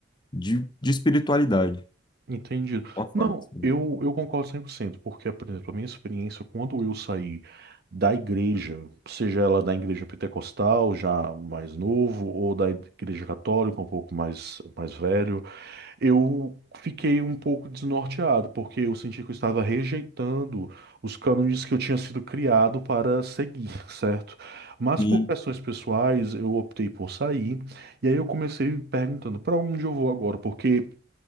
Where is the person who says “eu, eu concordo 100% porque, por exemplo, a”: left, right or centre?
Right